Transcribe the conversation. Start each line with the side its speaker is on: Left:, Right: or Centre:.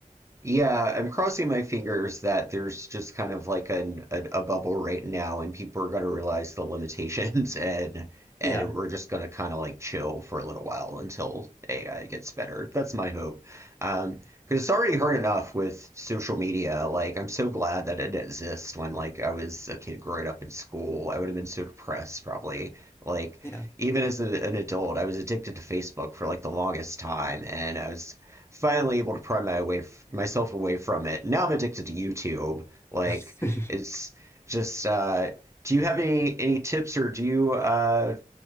Right: Yeah, I'm crossing my fingers that there's just kind of like an, a, a bubble right now, and people are going to realize the limitations, <laughs> and and
Left: Yeah.
Right: we're just going to kind of like chill for a little while until AI gets better. That's my hope. Um, because it's already hard enough with social media. Like, I'm so glad that it exists. When like I was a kid growing up in school, I would have been so depressed probably. Like,
Left: Yeah.
Right: even as a, an adult, I was addicted to Facebook for like the longest time, and I was finally able to pry my way f- myself away from it. Now I'm addicted to YouTube. Like
Left: <laughs>
Right: it's just. Uh, do you have any any tips, or do you uh,